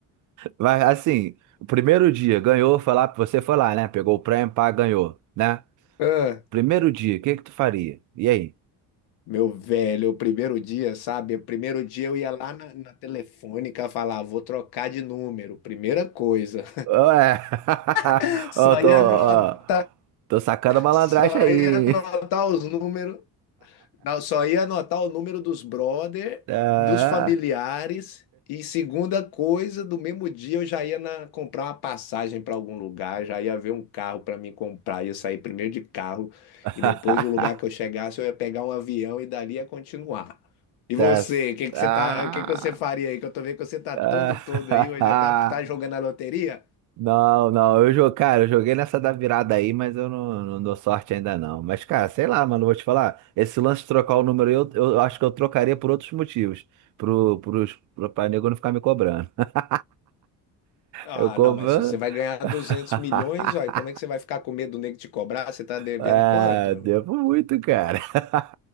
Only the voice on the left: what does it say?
Ah,
meu velho, o primeiro dia, sabe? O primeiro dia eu ia lá na, na telefônica falar, vou trocar de número, primeira coisa.
<laughs> Só
ia
anotar,
só
ia anotar os números Não, só ia anotar o número dos brother,
dos familiares e segunda coisa, do mesmo dia eu já ia na- comprar uma passagem para algum lugar, já ia ver um carro para mim comprar, ia sair primeiro de carro
e depois o lugar que eu chegasse eu ia pegar um avião e dali ia continuar. E
você, o que que
você tá, o que que você faria aí? Que eu tô vendo que você tá
todo todo aí, hoje já tá, tá
jogando a loteria?
Ah,
não, mas se você vai ganhar
200 milhões, aí como é que você vai ficar com medo do nego te cobrar? Você tá devendo
quanto, meu?